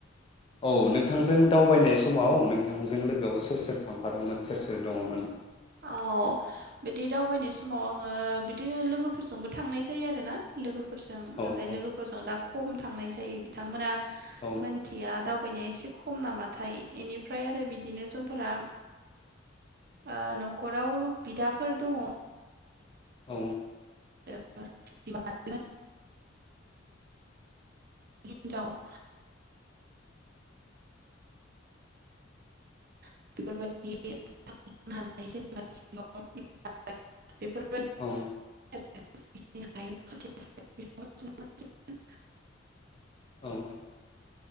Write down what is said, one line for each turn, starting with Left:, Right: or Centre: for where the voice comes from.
Left: औ नोंथांजों दावबायनाय समाव नोंथांजों लोगोआव सोर सोर थांफादोंमोन सोर सोर दंमोन?
Right: औ बिदि दावबायनाय समाव आङो बिदिनो लोगोफोरजोंबो थांनाय जायो आरोना लोगोफोर फोरजों
Left: औ
Right: नाथाय
Left: औ
Right: लोगोफोरजों दा खम थांनाय जायो बिथांमोना
Left: औ
Right: मोनथिया दाउ दावबायनाया एसे खम नामाथाय एनिफ्राय आरो बिदिनो जोंफोरा ओ न न'खराव बिदाफोर दङ
Left: औ
Right: म <unintelligible> हिनजाव <inaudible> बेफोरबायदि बा बेफोर
Left: औ
Right: <unintelligible> <unintelligible> <inaudible>
Left: औ औ